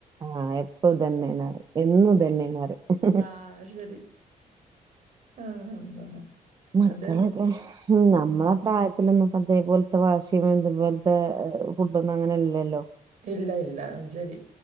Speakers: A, on the right; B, on the right.
A: ആഹ് എ ഇതന്നെന്നറയും എന്നും ഇതന്നെണറയും
B: ആഹ് ശരി ആ അള്ളാ
A: മക്കളൊക്കെ
B: അത്
A: ഹും
B: ഉം.
A: നമ്മള പ്രായ യത്തിലൊന്നും പ്പഅതേപോലത്തെ വാശിം ഇതുപോലത്തെ ഫുഡൊന്നും അങ്ങനെല്ലല്ലോ.
B: ഇല്ല ഇല്ല അത് ശരി